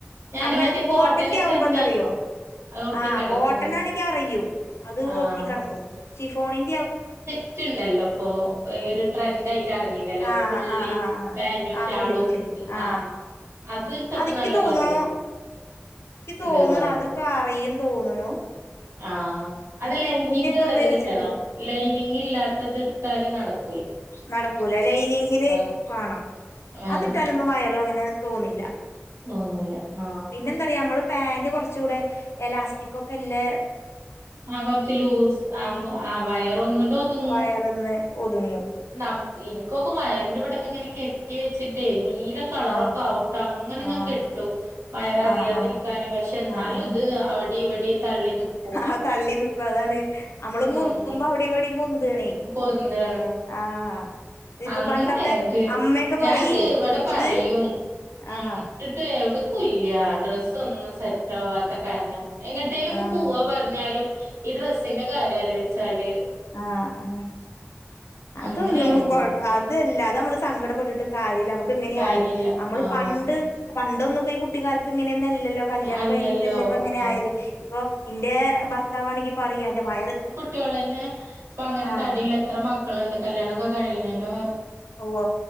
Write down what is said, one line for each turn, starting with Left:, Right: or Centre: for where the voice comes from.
Right: ഞാന്
Left: അങ്ങനത്തെ
Right: മറ്റേ
Left: കോട്ടന്റെ ആവുമ്പോ
Right: സെറ്റ്
Left: എന്താറിയോ
Right: ആയിട്ട് അത് ഒട്ടി
Left: ആഹ്‌
Right: കെടക്കും
Left: കോട്ടണാണെങ്കി അറിയും അത്
Right: ആഹ്
Left: ഒട്ടി കെടക്കും ഷിഫോണിൻ
Right: റ്റുണ്ടല്ലോ ഇപ്പോ ഈ ഒരു ട്രെൻഡ് ആയി ട്ട് എറങ്ങീന്നല്ലോ
Left: ആഹ്
Right: പുള്ളി
Left: ആഹ് ആഹ് ആഹ്
Right: പാൻ്റും
Left: ആഹ്
Right: ഷാളും
Left: പുള്ളി പുള്ളി ആഹ്
Right: ആഹ്‌ അത്ട്ടപ്പ
Left: അതിക്ക്
Right: നല്ല
Left: തോന്നണു
Right: ഭംഗി
Left: ക്ക്
Right: ഉണ്ട്
Left: തോന്നണു
Right: പറഞ്ഞു
Left: അതൊക്കെ അറിയും തോന്നുണു
Right: ആഹ്‌ അത് ലൈനിങ്
Left: ഒക്കെ
Right: ഇള്ളത്
Left: ഉപയോഗിച്ച
Right: കിട്ടണം ലൈനിങ് ഇല്ലാത്തത് എടുത്താല് നടക്
Left: നടക്കൂല ലൈനിങ്ങിന്
Right: ആഹ്
Left: വേണം
Right: വേണം
Left: അതിട്ടാലൊന്നും വയറ് അങ്ങനെ തോന്നില്ല
Right: തോന്നൂല്ല ആഹ്‌
Left: പിന്നെന്താറിയോ നമ്മള് പാന്റ് കൊറച്ചൂടെ എലാസ്റ്റിക്കൊക്കെ ഇല്ലെ
Right: ആ കൊറച്ച് ലൂസ് ആവ്മ്പോ ആ വയറ് ഒന്നൂടൊതുങ്ങും
Left: വയറിന്ന് ഒതുങ്ങും
Right: ന ഇൻക്കൊക്കെ വയറിന്റെ ഇവിടൊക്കെ ഇങ്ങനെ കെട്ടി വെച്ചിട്ടേ നീല ക്കളറൊക്കെ
Left: ആഹ്
Right: ആവുട്ടോ അങ്ങനെ ഞാൻ
Left: ആഹ്
Right: കെട്ടും വയറ് അറിയാതിരിക്കാന്
Left: ആഹ് ആഹ്
Right: പക്ഷെ എന്നാലും
Left: ആഹ് ആഹ്
Right: ഇത് അവിടെയും ഇവിടെയും തള്ളി നിക്കും
Left: ആ തള്ളി നിക്കും അതാണ് അമ്മള്
Right: ആഹ്
Left: മുറുക്കുമ്പോ അവിടെം ഇവിടേം പൊന്ത്വാണേ
Right: പൊന്താണ്
Left: ആഹ്‌ ഇപ്പോ
Right: അങ്ങനെ
Left: പണ്ടൊക്കെ
Right: ഇത്
Left: അമ്മയൊക്കെ
Right: ഞാൻ
Left: പറയേ
Right: ഇത് ഇവിടെ പറയും
Left: ഇത്
Right: ഉം
Left: ആഹ്‌
Right: ഇട്ടിട്ട് എവിട്ക്കും ഇല്യ ഡ്രസ് ഒന്നും സെറ്റാവാത്ത കാരണം എങ്ങട്ടേലൊക്കെ
Left: ആഹ്
Right: പോവാ ഞ്ഞാലും ഈ ഡ്രസ്സിന്റെ കാര്യം ആലോയ്ച്ചാല്
Left: ആഹ് ആഹ് അതൊന്നും
Right: അങ്ങനെ എടങ്ങേറായിട്ട്
Left: കൊയ അതല്ല അത് അമ്മള് സങ്കടപ്പെട്ടിട്ട് കാര്യല്ല അമ്മക്ക് ഇങ്ങനെയായി
Right: കാര്യല്ല
Left: അമ്മള്
Right: ആഹ്
Left: പണ്ട് പണ്ടൊന്നുംപ്പോ ഈ കുട്ടിക്കാലത്ത് ഇങ്ങനെയൊന്നല്ലല്ലോ കല്യാണം
Right: അല്ലല്ലോ
Left: കയിഞ്ഞിട്ടല്ലേ ഇപ്പ ഇങ്ങനെ
Right: ആഹ്
Left: ആയത് ഇപ്പോ ഇന്റെ ഭർത്താവാണെങ്കി പറയും അന്റെ വയറ്
Right: റ്റൊളെന്നെ ഇപ്പ അങ്ങനെ
Left: ആഹ്
Right: തടിയിള്ള എത്ര മക്കൾണ്ട് കല്യാണൊക്കെ കഴിയണേനു
Left: ഉവ്വ